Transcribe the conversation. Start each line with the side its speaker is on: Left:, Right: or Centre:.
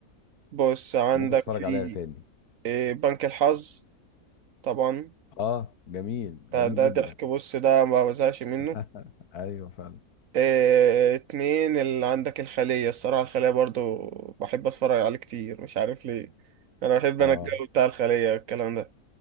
Right: بص عندك
Left: ممكن تتفرج
Right: في
Left: عليها تاني
Right: إيه بنك الحظ طبعا
Left: اه جميل
Right: ده
Left: جميل
Right: ده
Left: جدا
Right: ضحك بص ده ما بزهقش منه
Left: <laughs> ايوه فعلا
Right: آه، اتنين اللي عندك الخلية الصراحة الخلية برضو بحب اتفرج عليه كتير مش عارف ليه انا بحب
Left: اه
Right: انا الجو بتاع الخلية الكلام ده